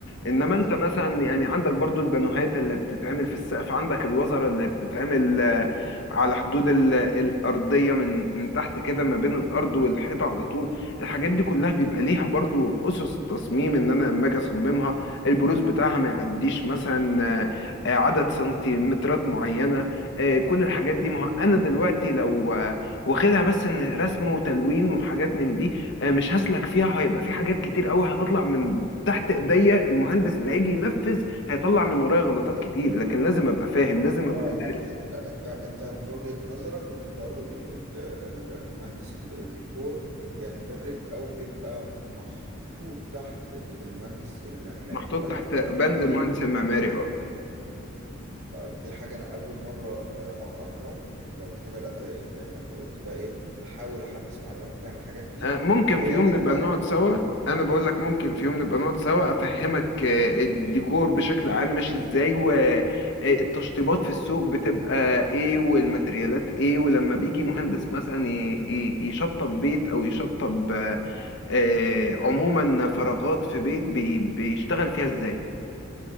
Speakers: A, on the left (about 55°); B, on the right (about 75°).
A: انما
B: تمام
A: انت مثلا يعني عندك برضو البانوهات اللي بتتعمل في السقف عندك الوزره اللي بتتعمل آه، على حدود ال- الارضيه من من تحت كده ما بين الارض والحيطه على طول الحاجات دي كلها بيبقى ليها برضو اسس تصميم ان انا لما اجي اصممها البروز بتاعها ما يعديش مثلا آه، آه، عدد سنتيمترات معينه آه، كل الحاجات دي ما هو انا دلوقتي لو آه، واخدها بس ان رسم وتلوين وحاجات من دي آه، مش هسلك فيها هيبقى في حاجات كتير قوي هتطلع من تحت ايديا المهندس اللي هيجي ينفذ هيطلع من ورايا غلطات كتير لكن لازم ابقى فاهم لازم ابقى
B: اه
A: دارس
B: يعني انت انت انت من وجهة نظرك ان ضروري ال- ال- المهندس ال- الديكور يندرج او بيبقى محطوط تحت ال- المهندس المعماري
A: محطوط
B: خد بالك
A: تحت بند
B: آه،
A: المهندس المعماري اه
B: آه، دي حاجة انا اول مرة آه، اعرفها لو كده لا زي زي ما انت قلت بقى ايه احاول احدث معلوماتي عن الحاجات دي
A: آه، ممكن
B: ويا
A: في يوم
B: ريت
A: نبقى
B: بقى
A: نقعد سوا انا بقول لك ممكن في يوم نبقى نقعد سوا افهمك آه، الديكور بشكل عام ماشي ازاي والتشطيبات في السوق بتبقى ايه والماتريالات ايه ولما بيجي مهندس مثلا ي- ي- يشطب بيت او يشطب آه، آه، عموما فراغات في بيت بي- بيشتغل فيها ازاي